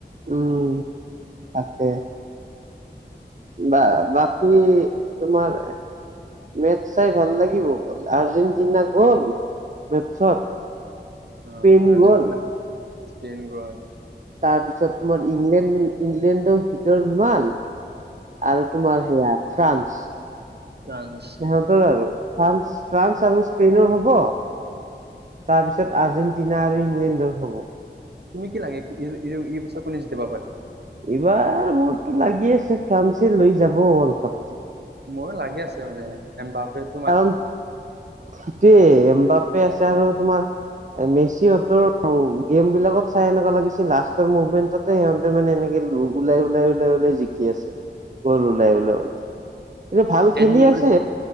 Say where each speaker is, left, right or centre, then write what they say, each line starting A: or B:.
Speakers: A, on the right (about 45°); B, on the right (about 65°).
A: উম। তাকে। বা বাকী তোমাৰ মেটচ চাই ভাল লাগিব, আৰ্জেণ্টিনা গ'ল মেচত
B: অ'
A: স্পেইন
B: আৰ্জেণ্টিনা
A: গ'ল
B: স্পেইন গ'ল।
A: তাৰপিছত তোমাৰ ইংলেণ্ড ইংলেণ্ডৰ ভিতৰত সোমাল আৰু তোমাৰ সেয়া ফ্ৰান্স।
B: ফ্ৰান্স
A: সিহঁতৰ আৰু ফ্ৰান্স ফ্ৰান্স আৰু স্পেইনৰ হ'ব তাৰপিছত আৰ্জেণ্টিনা আৰু ইংলেণ্ডৰ হ'ব।
B: তুমি কি লাগে এ-এ-এই বছৰ কোনে জিকিব পাৰে?
A: এইবাৰ মোৰতো লাগি আছে ফ্ৰান্সে লৈ যাব ৱৰ্ল্ড কাপটো।
B: ময়ো লাগি আছে মানে এম্বাপেত
A: কাৰণ সেইটোৱেই এম বাপে আছে আৰু তোমাৰ মেচিহঁতৰ গেমবিলাকত চাই এনেকুৱা লাগিছিল লাষ্টৰ মুভমেন্টত তে সিহঁতে মানে এনেকে ওলাই ওলাই ওলাই ওলাই জিকি আছে, গ'ল ওলাই ওলাই ওলাই। <unintelligible> ভাল খেলি
B: এন মুমেণ্ট
A: আছে।